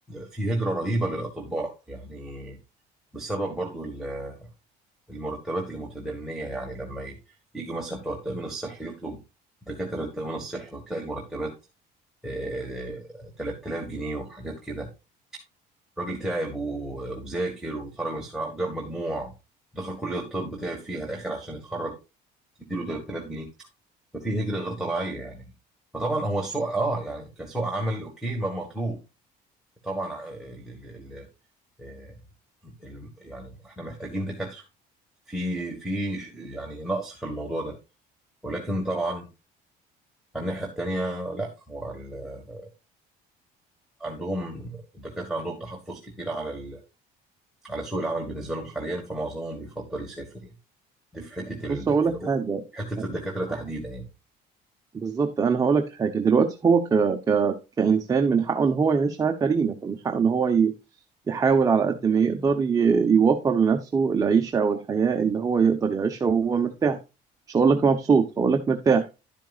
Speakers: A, in the centre; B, on the right (about 20°).
A: في هجرة رهيبة للأطباء يعني بسبب برضو ال- المرتبات المتدنية يعني لما ي- يجي مثلا بتوع التأمين الصحي يطلب دكاترة التأمين الصحي وتلاقي المرتبات آه، 3000 جنيه وحاجات كده الراجل تعب و- وذاكر وتخرج من الثانوية وجاب مجموع دخل كلية الطب تعب فيها الآخر عشان يتخرج تديله 3000 جنيه ففي هجرة غير طبيعية يعني فطبعا هو السوق اه يعني كسوق عمل اوكي ما مطلوب طبعا آه، ال ال ال آه، ال- يعني احنا محتاجين دكاترة في في ش- يعني نقص في الموضوع ده ولكن طبعا على الناحية التانية لا هو ال- عندهم الدكاترة عندهم تحفظ كتير على ال على سوق العمل بالنسبه لهم حاليا فمعظمهم بيفضل يسافر يعني دي في حته ال...
B: بص أقول لك حاجة
A: حته الدكاتره تحديدا
B: آه،
A: يعني
B: بالظبط أنا هقول لك حاجة دلوقتي هو ك... ك... كإنسان من حقه إن هو يعيش حياة كريمة فمن حقه إن هو ي... يحاول على قد ما يقدر ي... يوفر لنفسه العيشة أو الحياة اللي هو يقدر يعيشها وهو مرتاح مش هقول لك مبسوط هقول لك مرتاح